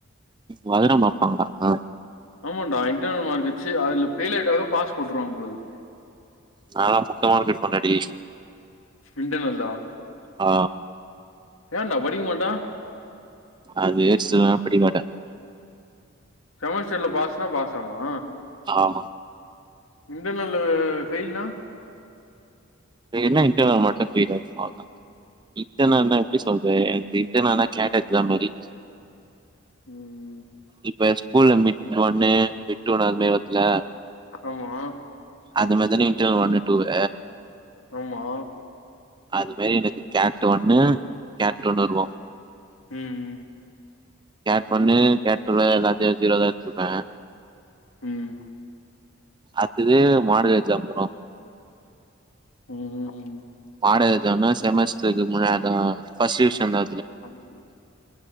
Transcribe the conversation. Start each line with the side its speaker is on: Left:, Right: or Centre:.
Right: வதரம் பாப்பாங் டா ஆ
Left: ஆமா டா இன்டர்னல் மார்க் வச்சி அதுல ஃபெயில் ஆய்ட்டா கூட பாஸ் போட்டுருவங்க போல இக்குது
Right: நா முட்ட மார்க் எடுப்ப டா டே
Left: இண்டன்ர்னல்லா
Right: ஆ
Left: ஏன்டா படிக்கமாட்டா
Right: அதே சில் நேரோ படிக்க மாட்ட
Left: செமஸ்டர்ல பாஸ்னா பாசாமா
Right: ஆமா
Left: இன்டர்நல்லு ஃபெயில்னா
Right: என்ன இன்டர்னல் மார்க்கு கேட்டாச்சி அவ்ளதா இட்டர்னல் னா எப்டி சொல்றே எனக்கு இட்டர்னல்னா கேட் எக்ஸாம் மாரி
Left: ம்,
Right: இப்ப ஸ்கூல்ல மிட் ஒண்ணு மிட் டூ னு அந்த மாரி வர்த்துல
Left: ஆமா
Right: அது மாதிரி டூ ஒண்ணு டூ வு
Left: ஆமா
Right: அது மாரி எனக்கு கேட் ஒன்னு கேட்டு டூ னு வருவோ
Left: ம்
Right: கேட் ஒன்னு கேட் டூல ஏதாச்சு வச்சு விளையாடிட்ருப்ப
Left: ம்
Right: அட்த்தது மாடல் எக்ஸாம் வரு
Left: ம் ம் ம்
Right: பாட எக்ஸாமு செமஸ்டருக்கு முன்னாடிதா வாங்கன ஃபர்ஸ்ட் விஷ்யந்தா
Left: பனி விழுத்